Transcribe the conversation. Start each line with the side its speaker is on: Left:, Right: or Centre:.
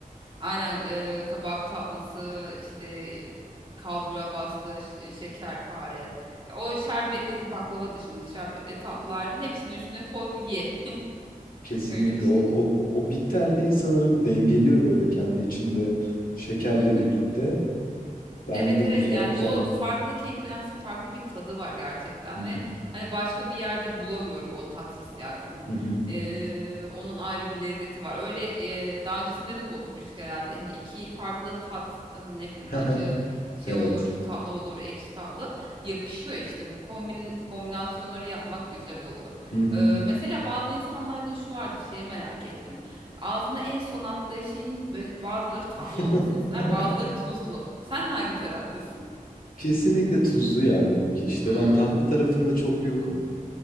Right: Aynen e, kabak tatlısı işte e, kalbura bastı ş- şekerpare. Ya O şerbetli baklava dışında şerbetli tatlıların hepsini üstüne koy ye.
Left: Kesinlikle.
Right: Öyle bir şey.
Left: O, o, o bitterliği sanırım dengeliyor böyle kendi içinde şekerle
Right: <laughs>
Left: birlikte. Bence
Right: Evet
Left: de
Right: evet
Left: güzel
Right: yani
Left: güzel.
Right: o farklı kekremsi farklı bir tadı var gerçekten
Left: Hı
Right: ve
Left: hı.
Right: hani başka bir yerde bulamıyorum o tat hissiyatını.
Left: Hı hı.
Right: Ee, onun ayrı bir lezzeti var. Öyle e, daha öncesinde de konuşmuştuk herhalde. Hani iki farklı tat hani ne bileyim
Left: <laughs>
Right: acı şey
Left: Evet.
Right: olur, tatlı olur, ekşi tatlı yakışıyor işte. Bu kombin kombinasyonları yapmak güzel oluyor.
Left: Hı hı.
Right: Ee, mesela bazı insanlarda şu vardı şeyi merak ettim. Ağzına en son attığı şeyin bö- bazıları tatlı
Left: <laughs>
Right: olmasını ister, bazıları tuzlu. Sen hangi taraftasın?
Left: Kesinlikle tuzlu ya benimki. İşte
Right: Hmm.
Left: ben tatlı tarafında çok yokum.